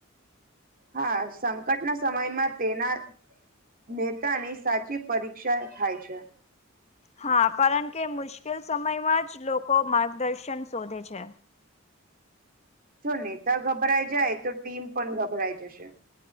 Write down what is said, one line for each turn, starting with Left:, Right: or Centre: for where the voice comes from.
Right: હા સંકટના સમયમાં તેના નેતાની સાચી પરીક્ષા થાય છે.
Left: હા, કારણ કે મુશ્કેલ સમયમાં જ લોકો માર્ગદર્શન શોધે છે.
Right: જો નેતા ગભરાઈ જાય તો ટીમ પણ ગભરાઈ જશે.